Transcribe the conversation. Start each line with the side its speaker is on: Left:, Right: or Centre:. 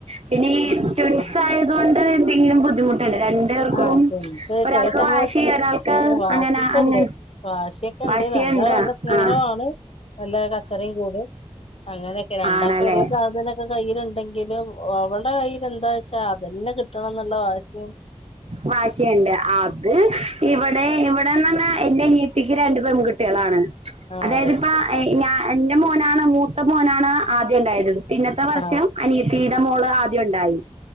Right: പിന്നെ ഈ
Left: ഉം
Right: ട്വിൻസ്
Left: ഉം.
Right: ആയതൊണ്ട് എന്തെങ്കിലും ബുദ്ധിമുട്ട് ണ്ട്, രണ്ടേർക്കും.
Left: ആഹ് എനിക്ക്
Right: ഒരാൾക്ക്
Left: ചെല സമയത്ത്
Right: വാശി, ഒരാൾക്ക്
Left: ആ വാശിക്കെണ്ട്.
Right: അങ്ങനെ അങ്ങ
Left: വാശിയൊക്കെണ്ട്.
Right: വാശിയൊണ്ട
Left: രണ്ടാളും നല്ല സ്നേഹവാണ്.
Right: ആഹ
Left: നല്ല കച്ചറയുംക്കൂടും. അങ്ങനെയൊക്കെ രണ്ടാക്ക്ഒരേ
Right: ആണല്ലേ
Left: സാധന ഇത്കൈയ്യിൽഇണ്ടെകിലും, ഒ അവളുടെകയ്യ്ലെന്താന്ന് വെച്ചാൽ അത് തന്നെകിട്ടണംന്ന്ള്ളവാശിയും.
Right: വാശിഇണ്ട്. അത് ഇവിടെ, ഇവിടെന്നാണ്. എന്റെഅനിയത്തിക്ക് രണ്ട്പെൺകുട്ട കുട്ടികളാണ്.
Left: ആഹ്
Right: അതായത്,
Left: അത്
Right: ഇപ്പ
Left: ശരി.
Right: എ ഞാ എന്റെ മോനാണ് മൂത്ത മോനാണ് ആദ്യംഇണ്ടായത്. പിന്നെത്തെവർഷം
Left: ആഹ്
Right: അനിയത്തീടെ മോള് ആദ്യം ഉണ്ടായി.